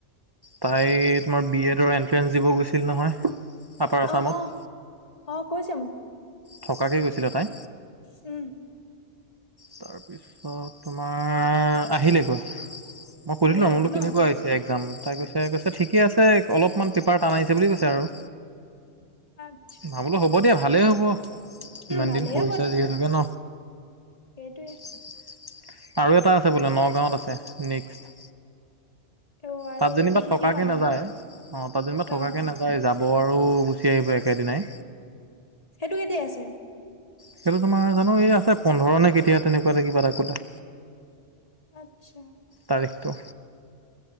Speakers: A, on the right; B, on the left.
A: তাই তোমাৰ বি এডৰ এন্ট্ৰেঞ্চ দিব গৈছিল নহয়, আপাৰ আছামত।
B: অ অ অ', কৈছে মোক।
A: থকাকে গৈছিলে তাই।
B: উম।
A: তাৰপিছত তোমাৰ আহিলেগৈ, মই সোধিলোঁ
B: আহিলেগৈ
A: আৰু মই বোলো
B: ন
A: কেনেকুৱা হৈছে একজাম তাই কৈছে কৈছে ঠিকে আছে, অলপমান পেপাৰ টান আহিছে বুলি কৈছে আৰু।
B: আচ্ছা।
A: না বোলো হ'ব দিয়া ভালেই হ'ব। ইমান
B: ভালেই
A: দিন পঢ়িচা যিহেতুকে ন।
B: সেইটোৱে।
A: <inaudible> আৰু এটা আছে বোলে নগাঁৱত আছে নেক্সট।
B: অ আৰু
A: তাত যেনিবা
B: মানে শেষে
A: থকাকে
B: হোৱা নাই
A: নাযায়।
B: ন
A: অ', তাত যেনিবা থকাকে
B: অ
A: নাযায়। যাব আৰু গুচি আহিব একেদিনাই।
B: সেইটো কেতিয়া আছে?
A: সেইটো তোমাৰ জানো এই আছে পোন্ধৰ নে কেতিয়া তেনেকুৱাতে কিবা এটা ক'লে।
B: আচ্চা।
A: তাৰিখটো।